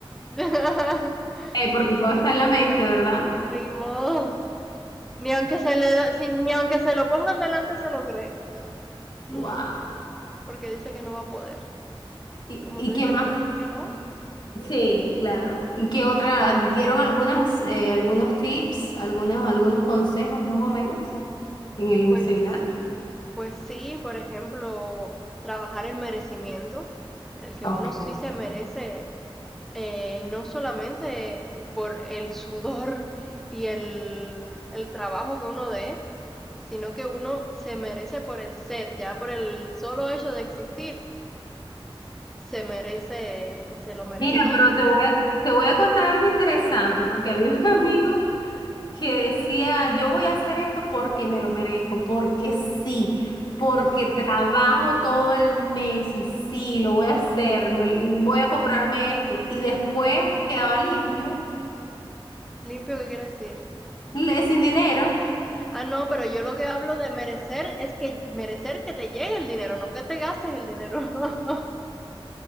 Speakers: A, in the centre; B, on the left.
A: <laughs>
B: Eh, porque todo está en la mente, ¿verdad?
A: Ni modo. Ni aunque se le da- si- ni aunque se lo pongan delante se lo cree. <laughs>
B: Wow.
A: Porque dice que no va a poder.
B: ¿Y,
A: Como
B: y
A: se dice,
B: qué más?
A: el que dice que no,
B: Sí, claro. ¿Y qué otra? ¿Dieron algunas, eh, algunos tips, algunos, algunos consejos más o menos en el
A: pues,
B: seminario?
A: pues sí, por ejemplo, trabajar el merecimiento, el que
B: Ok.
A: uno sí se merece, eh, no solamente por el sudor y el, el trabajo que uno dé, sino que uno se merece por el ser, ya por el solo hecho de existir, se merece, se lo merece
B: Mira,
A: todo.
B: pero te voy a, te voy a contar algo interesante, porque había un <laughs> amigo que decía, yo voy a hacer esto porque me lo merezco, porque sí, porque
A: <laughs>
B: trabajo todo el mes y sí, lo voy a hacer, me- voy a comprarme esto. Y después quedaba limpio,
A: Limpio, ¿qué quiere decir?
B: le- sin dinero.
A: Ah, no, pero yo lo que hablo de merecer es que merecer que te llegue el dinero, no que te gastes el dinero. <laughs>